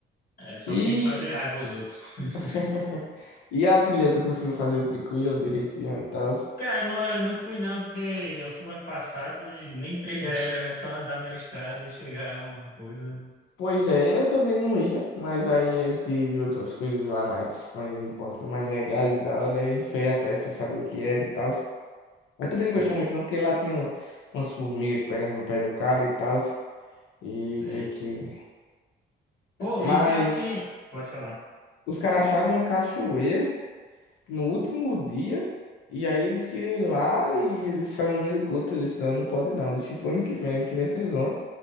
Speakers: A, on the left (about 45°); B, on the left (about 85°).
A: É, só
B: E...
A: fiz fazer raiva aos outros. <laughs>
B: <laughs> e a trilha tu conseguiu fazer tranquilo, direitinho e tal.
A: Cara, não, eu não fui não, porque eu fui ano passado e nem trilha
B: Oxe.
A: era, era só andar na estrada e chegar a uma coisa, né?
B: Pois é, eu também não ia, mas aí a gente viu outras coisas lá mais, mais importantes, mais legais e da hora, e a gente foi atrás pra saber o que era e tal. Mas também não
A: Hum,
B: gostei muito não, porque lá tinha umas formigas que pegavam no pé do cara e tal, e
A: Sei.
B: meio que...
A: Pô,
B: Mas
A: e pior que. Pode falar.
B: os caras acharam uma cachoeira, no último dia. E aí eles queriam ir lá e eles estavam no meio do culto. Eu disse, não, não pode não. Deixa pro ano que vem, ano que vem vocês vão.